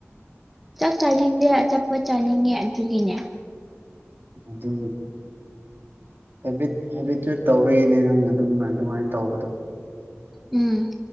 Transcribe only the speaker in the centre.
ꯆꯥꯛ ꯆꯥꯅꯤꯡꯗꯦ ꯆꯠꯄ ꯆꯥꯅꯤꯡꯉꯦ ꯑꯗꯨꯒꯤꯅꯦ
ꯎꯝ